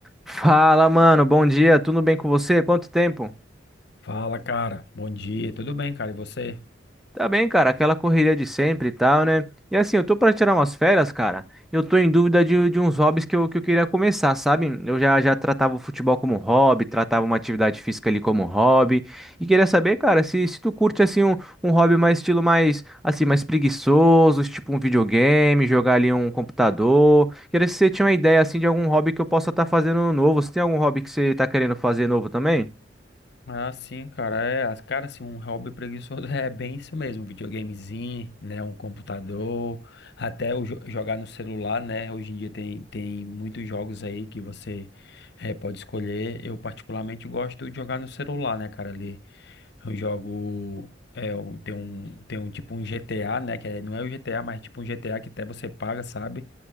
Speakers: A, in the centre; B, on the left (about 60°).
A: Fala, mano, bom dia, tudo bem com você? Quanto tempo?
B: Fala, cara. Bom dia. Tudo bem, cara? E você?
A: Tá bem, cara, aquela correria de sempre e tal, né? E assim, eu tô pra tirar umas férias, cara. Eu tô em dúvida de, de uns hobbies que eu, que eu queria começar, sabe? Eu já, já tratava o futebol como hobby, tratava uma atividade física ali como hobby. E queria saber, cara, se, se tu curte, assim, um, um hobby mais estilo mais, assim, mais preguiçoso, tipo um videogame, jogar ali um computador. Queria se você tinha uma ideia, assim, de algum hobby que eu possa estar fazendo novo. Você tem algum hobby que você tá querendo fazer novo também?
B: Ah, sim, cara, é, as- cara, assim, um hobby preguiçoso <laughs> é bem isso mesmo, um videogamezinho, né, um computador, até o jo- jogar no celular, né, hoje em dia tem, tem muitos jogos aí que você eh, pode escolher, eu particularmente gosto de jogar no celular, né, cara, ali eu jogo, é, um, tem um, tem um tipo um GTA, né, que é- não é o GTA, mas é tipo um GTA que até você paga, sabe,